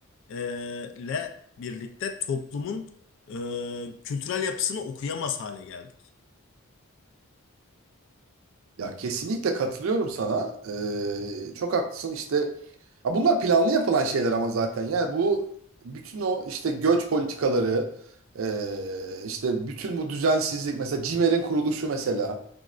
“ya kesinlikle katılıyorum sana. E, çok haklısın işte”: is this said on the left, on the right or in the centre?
Right